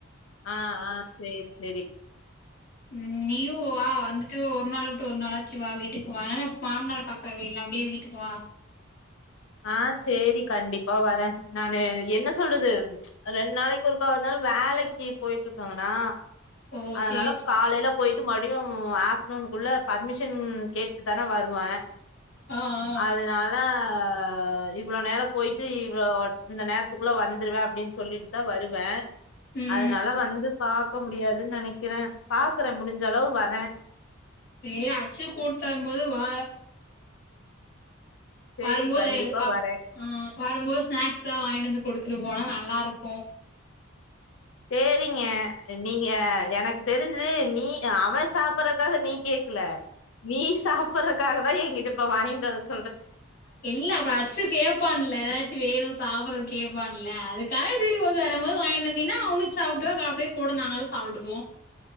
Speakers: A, on the left (about 70°); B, on the left (about 45°).
A: ஆ ஆ சேர் சேரி
B: ம் நீயுவா வந்துட்டு ஒர் ஒரு நாள் விட்டு ஒரு நாளாச்சு வா வீட்டுக்கு வா. ஏனா மாம்னார பாக்க வருவீல்ல அப்டியே வீட்டுக்கு வா.
A: ஆ சேர்ரி கண்டிப்பா வர. நானு என்ன சொல்றது ம்ச் ரெண் நாளக்கு ஒருக்கா வந்தாலு வேலைக்கு போயிட்டிருக்காங்கணா.
B: ஓ
A: அதனால
B: சேரி சே
A: காலேல போயிட்டு மர் எப்டியு ஆஃப்டனூன் குள்ள பர்மிஷன் கேட்டு தான வருவ.
B: ஆ ஆ
A: அதுனால ஆ ஆ இவ்ள நேரோ போய்ட்டு இவ்ளோ இந்த நேரத்துக்குள்ள வந்துருவ அப்படின் சொல்லிட்டுதா வருவ.
B: ம்
A: அதனால வந்து பாக்க முடியாத். னு நெனைக்கிற பாக்குற முடிஞ்ச அளவு வர
B: ஏ அச்சு கூட்டுவரும் போது வா
A: சேரி
B: வரும்போது
A: கண்டிப்பா
B: அப்
A: வரே
B: ஆ வரும்போது ஸ்நாக்ஸ்ல்லா வாங்கிட்டு வந்து குடுத்துட்டு போனா நல்லா ருக்கு
A: சேர்ரிங்க. நீங்க எனக்கு தெரிஞ்சு நீ அவன் சாப்பற்றக் காக நீ கேக்கல நீ சாப் பற்றக்காகதா எங்கிட்ட இப்ப வாங்கிட்டு வரசொ
B: இல்ல அப்ப அச்சு கேப்பான்ல ஏதாச்சு வேணு சாப்பட்றகு கேட்பான்ல அதுக் காகசேரிஓக்கே வரும்போது வாங்கிட்டு வந்தீனா அவனுக்கு சாப்ட்டுவா க அப்டியே கூட நாங்களு சாப்ட்டுபோ.